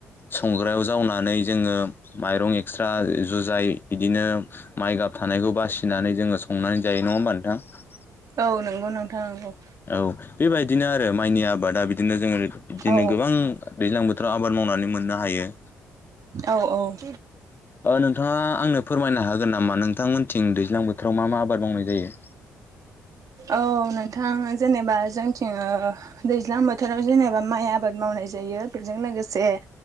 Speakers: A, on the left; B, on the right.
A: संग्रायाव जावनानै जोङो माइरं एक्सट्रा जुजाय इदिनो माइगाब थानायखौ बासिनानै जोङो संनानै जायो नङा होमबा नोंथां।
B: औ नंगौ नोंथां नंगौ।
A: औ बेबायदिनो आरो माइनि आबादा बिदिनो जोङो बिदिनो
B: औ
A: गोबां दैज्लां बोथोराव आबाद मावनानै मोननो हायो।
B: औ औ
A: ओ नोंथाङा आंनो फोरमायनो हागोन नामा नोंथांमोनथिं दैज्लां बोथोराव मा मा आबाद मावनाय जायो।
B: औ नोंथां जेनेबा जोंथिं दैज्लां बोथोराव जेनेबा माय आबाद मावनाय जायो बेजों लोगोसे